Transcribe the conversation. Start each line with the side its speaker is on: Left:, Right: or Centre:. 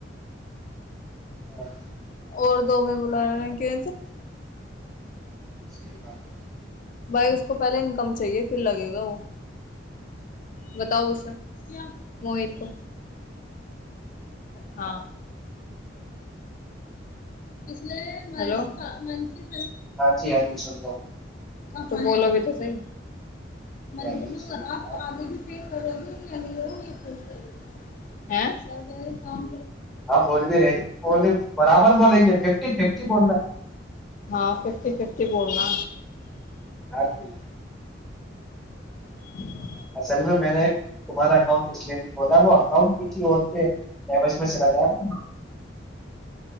Centre: ہاں
Left: اور دو میں بلا رہے ہیں کی
Centre: سحی بات ہے
Left: بھائی اس کو پہلے انکم چاہیے پھر لگے گا وہ بتاؤ گسرا موہت کو ہاں پچھلے م م
Centre: ہاں جی ہاں جی سن لا ہ
Left: تو بولو بھی تو صحی مندر
Centre: نہیں
Left: میں
Centre: سن رہا
Left: آپ آگے
Centre: ہوں،
Left: بھی پے کرو گے یا نہیں ہو یہ پ ہاں س کام
Centre: ہاں بول بھی رہتیی ف برابر ب ففٹی ففٹی بول رہے ہیں
Left: ہاں ففٹی ففٹی بولنا
Centre: ہے
Left: ہ
Centre: اصل میں نے ایک تمہارا اکانٹ لیے بھی کھ وہ اکاؤنٹ کسی اور کےج میں چلا جائے